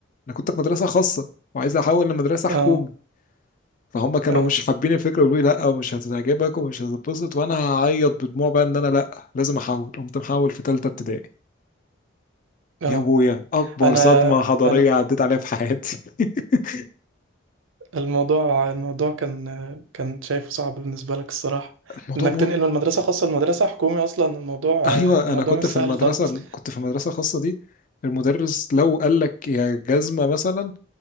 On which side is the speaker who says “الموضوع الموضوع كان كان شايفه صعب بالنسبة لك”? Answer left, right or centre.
Right